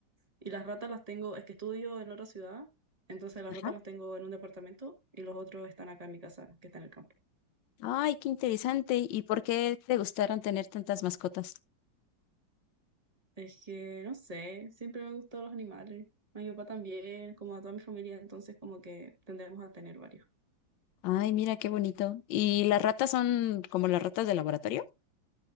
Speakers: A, on the right; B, on the left.
A: Y las ratas las tengo, es que estudio en otra ciudad, entonces las
B: ajá.
A: ratas
B: <laughs>
A: las tengo en un departamento y los otros están acá en mi casa, que está en el campo.
B: Ay, qué interesante. ¿Y por qué te gustaron tener tantas mascotas?
A: Es que, no sé, siempre me han gustado los animales. A mi papá también, como a toda mi familia, entonces como que tendremos a tener varios.
B: Ay, mira qué bonito. ¿Y las ratas son como las ratas de laboratorio?